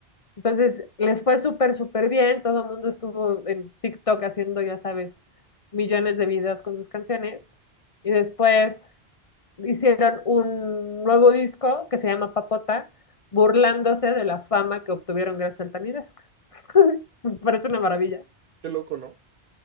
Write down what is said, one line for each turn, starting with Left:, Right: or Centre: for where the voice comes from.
Left: Entonces, les fue súper, súper bien, todo el mundo estuvo en TikTok haciendo, ya sabes, millones de videos con sus canciones, y después hicieron un nuevo disco que se llama Papota, burlándose de la fama que obtuvieron gracias al Tamidesco. <laughs> Me parece una maravilla.
Right: Qué loco, ¿no?